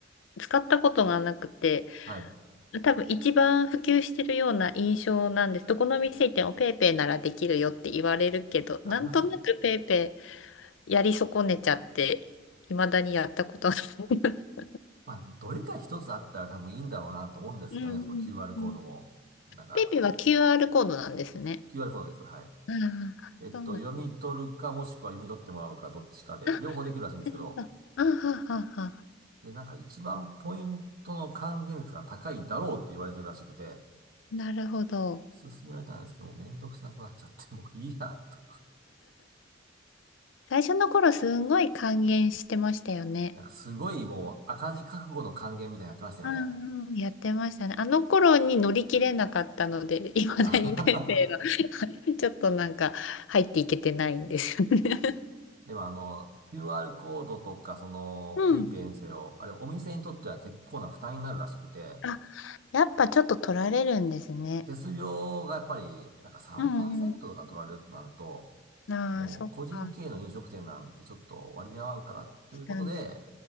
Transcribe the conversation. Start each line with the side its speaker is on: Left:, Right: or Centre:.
Left: 使ったことがなくて、
Right: はい。
Left: 多分一番普及してるような印象なんです。どこの店行ってもペイペイならできるよって言われるけど、
Right: ありますよね。
Left: なんとなくペイペイやり損ねちゃって、いまだにやったことない。
Right: まあ、どれか一つあったら多分いいんだろうなと思うんですけどね、
Left: うん
Right: その QR コードも。
Left: うんうん。
Right: なんか、
Left: ペイペイは QR コードなんですね。
Right: QR コードです。はい。
Left: ああ、
Right: えっと、
Left: そうなん。
Right: 読み取るかもしくは読み取ってもらうかどっちかで、
Left: あ、な
Right: 両方できるらしいんですけど、
Left: るほど。あははは。
Right: で、なんか一番ポイントの還元率が高いだろうって言われてるらしくて、
Left: なるほど。
Right: 勧められたんですけど、もうめんどくさくなっちゃって、<laughs> もういいや、と。
Left: 最初の頃すんごい還元してましたよね。
Right: なんかすごいもう赤字覚悟の還元みたいにやってましたよね。
Left: うんうん。やってましたね。あの頃に乗り切れなかったので、いまだにペイペイが
Right: あははは
Left: <laughs> ちょっとなんか入っていけてないんですよね。
Right: でもあの、QR コードとか、その、
Left: うん。
Right: ペイペイにせよ、あれお店にとっては結構な負担になるらしくて、
Left: あ、やっぱちょっと取られるんですね。
Right: 手数料がやっぱり、なんか3%
Left: うんう
Right: とか取られるとなると、
Left: ん。ああ、
Right: もう個人経営の飲食店なんてちょっと割に合わんからということで、
Left: そっか。確かに。